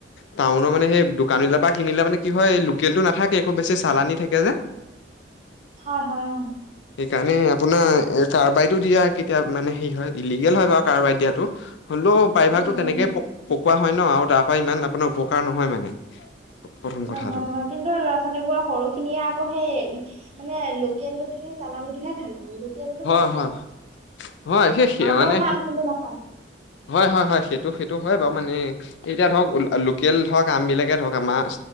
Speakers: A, on the left; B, on the right.
A: ত মানে সেই দোকানিলা বা কিনিলে মানে কি হয় লোকেলতটো নাথাকে একো বেছি চালানি থাকে, যে।
B: হয়- হয়- অহ ',
A: সেইকাৰণে আপোনাৰ কাৰবাৰতটো দিয়া কেতিয়া মানে হেই হয়, ইলিগেল হয় বাৰু কাৰবাই দিয়াতো। হ'লেও প্ৰাইভাগটো
B: উম উম
A: তেনেকে কোৱা হয় ন, আৰু তাৰ পৰা ইমান আপোনাৰ নহয়, মানে। প্ৰথম কথাটো
B: নহয়-নহয় কিন্তু ল'ৰা, ছোৱালীবোৰৰ সৰু খিনিয়ে আকৌ সেই। মানে লোকেল দুত কি চালানীটোহে ভাল পায়। লোকেলটো
A: হয়-হয়-
B: নষ্ট
A: হয় সে স-মানে
B: খাব ভাল কিন্তু নাখায়
A: হয়- হয়- হয় সেইটো-সেইটো হয় বাৰু মানে এতিয়া ধৰক লোকেল ধৰক আম বিলাকে ধৰক আমাৰ